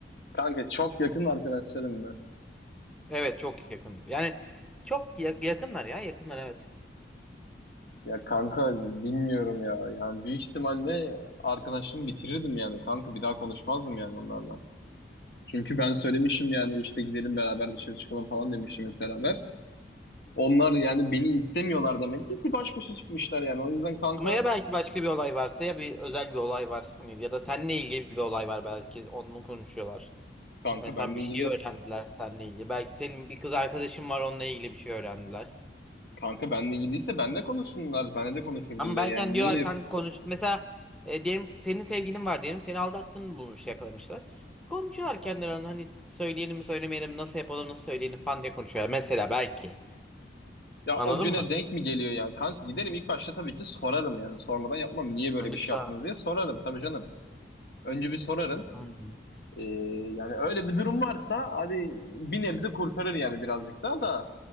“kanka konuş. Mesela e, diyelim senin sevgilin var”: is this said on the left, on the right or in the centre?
Centre